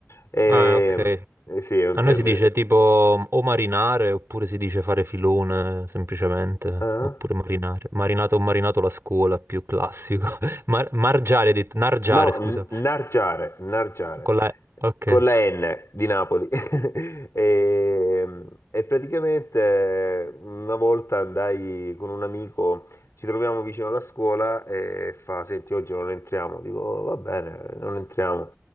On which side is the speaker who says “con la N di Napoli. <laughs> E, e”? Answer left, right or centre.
Left